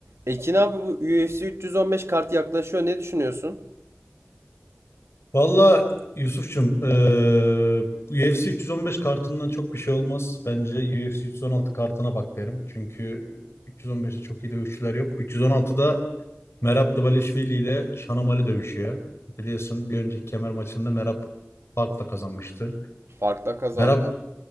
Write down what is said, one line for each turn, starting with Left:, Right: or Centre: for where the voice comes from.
Right: Ekin abi bu UFC 315 kart yaklaşıyor. Ne düşünüyorsun?
Left: Valla Yusuf'cum eee, bu UFC 315 kartından çok bir şey olmaz. Bence UFC 316 kartına bak derim. Çünkü 315'te çok iyi dövüşçüler yok. 316'da Merab Dvalishvili ile Shanomali dövüşüyor. Biliyorsun bir önceki kemer maçında Merab farkla kazanmıştı.
Right: Farkla kazandı.
Left: Merab